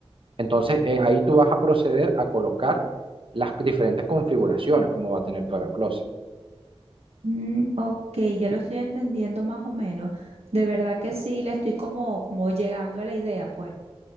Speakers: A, on the right (about 55°); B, on the right (about 75°).
A: entonces eh, ahí tú vas a proceder a colocar las diferentes configuraciones como va a tener tu AeroCloset.
B: Mm, ok, ya lo estoy entendiendo más o menos. De verdad que sí, le estoy como, como llegando a la idea, pues.